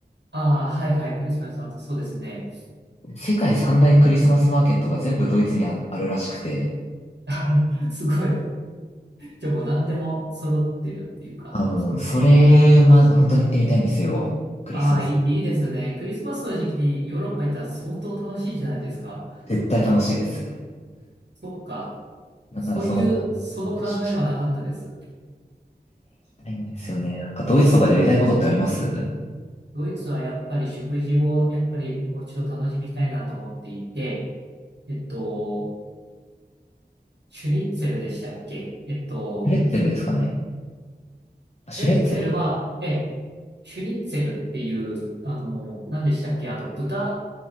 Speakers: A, on the right; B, on the left.
A: ああ、はいはい、クリスマスの後、そうですね。
B: 世界三大クリスマスマーケットが全部ドイツにあ、あるらしくて。
A: <laughs> あすごい。じゃあもう何でも揃ってるっていうか。
B: あ、もう、それ、ま、本当に行ってみたいんですよ。クリスマス。
A: ああ、いい、いいですね。クリスマスの時期にヨーロッパ行ったら相当楽しいじゃないですか。
B: 絶対楽しいです。
A: そっか。
B: なんならそのままもう年越しも
A: そういう、その考えはなかったです。
B: 行きたいんですよね。なんかドイツとかでやりたいことってありますシ
A: ドイツはやっぱり食事をやっぱりもう一度楽しみたいなと思っていて、えっと、シュニッツェルでしたっけえっと、
B: ュレッツェルですかね。あシュレッツェル。
A: プレッツェルは、ええ、シュニッツェルっていう、あの、何でしたっけあの、豚、